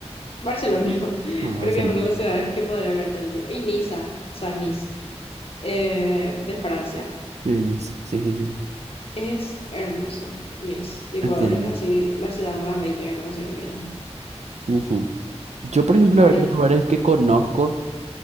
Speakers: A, on the left; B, on the right.
A: Barcelona, <laughs> creo
B: Ah, Barcelona.
A: que es una de las ciudades que podría hablar todo el día. Y Niza, o sea, Nice, eh, de Francia.
B: Venice. Sí, sí, sí.
A: Es hermoso, Nice. Tipo,
B: Entiendo.
A: es así la ciudad más bella que conocí en mi vida.
B: Ujú. Yo, por ejemplo,
A: París.
B: a ver, de lugares que conozco,